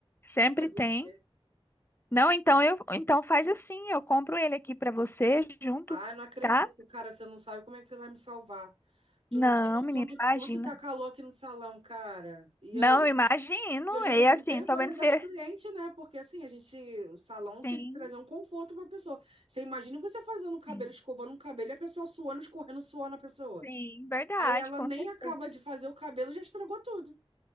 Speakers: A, on the left; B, on the right.
A: Sempre
B: Pode
A: tem.
B: ser.
A: Não, então eu, então faz assim, eu compro ele aqui pra você junto,
B: Ah, não acredito,
A: tá?
B: cara, você não sabe como é que você vai me salvar. Tu
A: Não,
B: não tem noção
A: menina,
B: de quanto
A: imagina.
B: tá calor aqui no salão, cara. E
A: Não,
B: eu, E
A: eu imagino.
B: eu já
A: É
B: tô com
A: assim,
B: vergonha
A: tô vendo
B: das
A: você.
B: clientes, né? Porque assim, a gente, o salão
A: Sim,
B: tem que trazer um conforto pra pessoa. Você imagina você fazendo o cabelo,
A: sim,
B: escovando um cabelo, e a pessoa suando, escorrendo suor na pessoa.
A: sim, verdade,
B: Aí ela
A: com
B: nem
A: certeza.
B: acaba de fazer o cabelo, já estragou tudo,